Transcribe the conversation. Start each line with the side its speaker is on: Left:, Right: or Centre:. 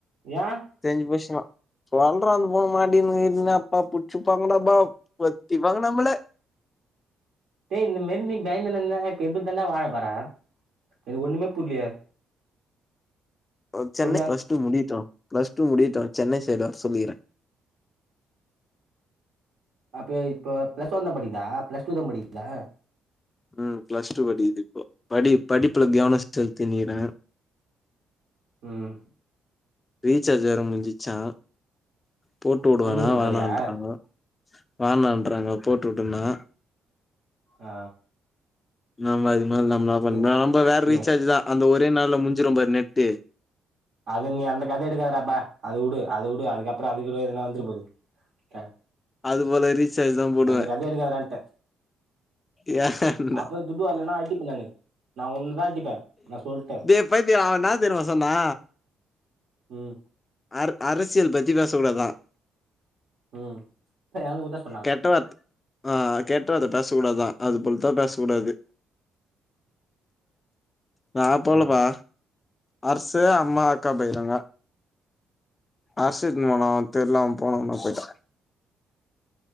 Right: யா
Left: தெரிஞ்சு போச்சினா சொல்ற அதுபோல மாட்டிக்கினா கிட்டின்னு அப்பா புடிச்சிப்பாங்கடப்பா பொத்திப்பாங்க நம்ள
Right: டேய் இந்த மாரி நீ பயந்துன்னு இருந்தனா எப்டிதா வாழப் போற எனக்கு ஒண்ணுமே புர்லயே
Left: ஓ சென்னை
Right: சொல்லு
Left: பிளஸ் டூ முடிட்டோ பிளஸ் டூ முடிட்டோ சென்னை சைடு வர சொல்லிக்கிற
Right: அப்ப இப்பொ பிளஸ் ஒன் தான் படிக்குதா பிளஸ் டூ தான் படிக்கிதா
Left: உம் பிளஸ் டூ படிக்குது இப்போ படி படிப்புல கவன செ செலுத்தினுக்கிற
Right: உம்
Left: ரீசார்ஜ் வேற முடிஞ்சிச்சா போட்டு விடுவானா
Right: பன்னியூர்
Left: வேணான்றாங்க
Right: பாரியா
Left: வானன்றறாங்க போட்டு வுடுனா
Right: ஆ
Left: நம்ம அது மாரி நம்மளான் பண்ண
Right: இ
Left: நம்ம வேற ரீசார்ஜ்
Right: நீ
Left: தான் அந்த ஒரே நாள்ல முஞ்சிரும் பாரு நெட்டு
Right: அது நீ அந்த கத எடுக்காதடப்பா அது வுடு அது வுடு அதுக்கப்புறம் அது கூட எதுனா வந் துறபோது க
Left: அது போல ரீசார்ஜ் தா போடுவே
Right: அந்த கதைய எடுக்காதடான்ட்ட
Left: யான்டா
Right: அப்புறோ துட்டு வரலன்னா அடிப்பே நானு நா ஒன்னுதா அடிப்பே நா சொல்ட்டே
Left: டேவ் பைத்திய அவன் என்ன தெரிமா சொன்னா
Right: உம்
Left: அர் அரசியல் பத்தி பேச கூடதான்
Right: ம் எனக்கு குத்தா சொன்னா
Left: கெட்ட வாத் ஆ கெட்ட அத பேச கூடாதான் அது போல்தான் பேச கூடாது நா போலப்பா
Right: ஆ
Left: அரசு அம்மா அக்கா போய்றாங்க அரசு துன்னு போனு தெர்ல அவ போனோம்னும் போயிட்டா